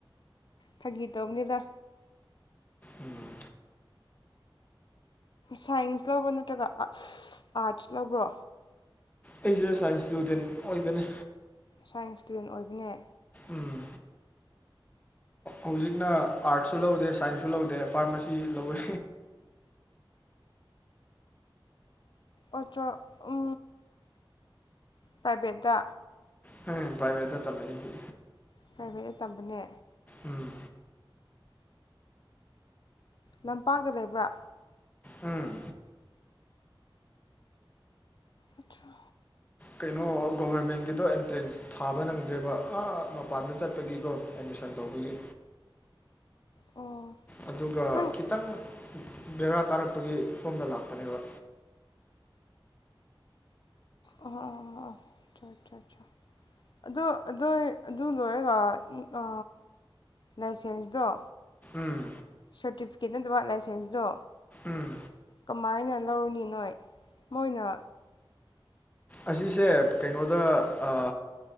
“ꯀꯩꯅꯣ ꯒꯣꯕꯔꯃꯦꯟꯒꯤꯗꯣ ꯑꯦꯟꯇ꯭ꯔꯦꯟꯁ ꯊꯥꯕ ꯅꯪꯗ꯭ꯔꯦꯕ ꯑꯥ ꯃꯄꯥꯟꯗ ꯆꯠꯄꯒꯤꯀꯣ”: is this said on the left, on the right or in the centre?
Left